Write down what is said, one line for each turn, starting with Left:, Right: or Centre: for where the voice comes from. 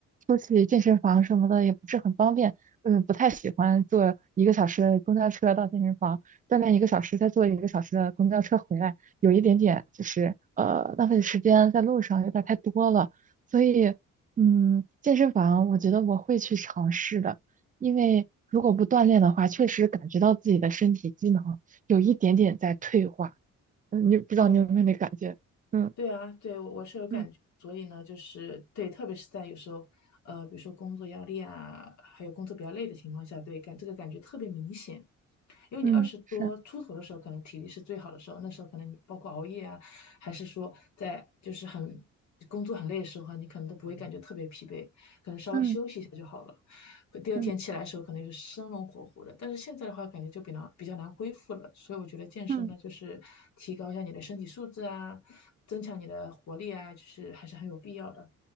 Right: 出去健身房什么的也不是很方便。嗯，不太喜欢坐一个小时的公交车到健身房，锻炼一个小时，再坐一个小时的公交车回来，有一点点就是呃浪费时间在路上有点太多了。所以嗯，健身房我觉得我会去尝试的，因为如果不锻炼的话，确实感觉到自己的身体机能有一点点在退化。嗯，你不知道你有没有那感觉？
Left: 哦，
Right: 嗯
Left: 对啊，对，我我是有感觉，
Right: 嗯
Left: 所以呢，就是对，特别是在有时候，呃，比如说工作压力啊，还有工作比较累的情况下，对，感这个感觉特别明显。因为你二十多出头的时候，
Right: 嗯，是，
Left: 可能体力是最好的时候，那时候可能你包括熬夜啊，还是说在就是很工作很累的时候啊你可能都不会感觉特别疲惫，可能稍微休息一下就好了。
Right: 嗯
Left: 第二天起来的时候，
Right: 嗯
Left: 可能就是生龙活虎的。但是现在的话，感觉就比较比较难恢复了。所以我觉得健身呢，
Right: 嗯，
Left: 就是提高一下你的身体素质啊，增强你的活力啊，就是还是很有必要的。